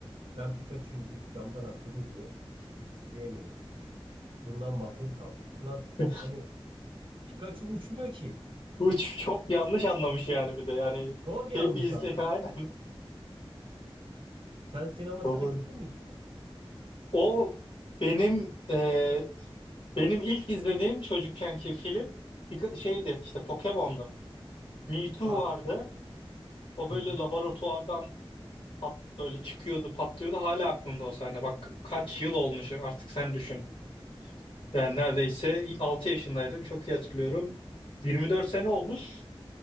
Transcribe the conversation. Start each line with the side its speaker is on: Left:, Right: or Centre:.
Right: ben Pikachu'yum deyip camdan atladı diye şimdi izleyemiyoruz. Bundan mahrum kaldık. Ulan
Left: <laughs>
Right: hani Pikachu uçmuyor ki.
Left: Bu ç- çok yanlış anlamış yani bir de yani
Right: Çok yanlış
Left: şey bir izle
Right: anlamış.
Left: <laughs> aynen.
Right: Sen sinemasına
Left: Babanın.
Right: gittin mi hiç onun?
Left: O benim e, benim ilk izlediğim çocukkenki film birka- şeydi işte Pokemon'du. Mewtwo
Right: Aa.
Left: vardı. O böyle
Right: Hı hı.
Left: laboratuvardan pat, böyle çıkıyordu, patlıyordu. Hala aklımda o sahne. Bak kaç yıl olmuş artık sen düşün. Yani neredeyse 6 yaşındaydım. Çok iyi hatırlıyorum. 24 sene olmuş.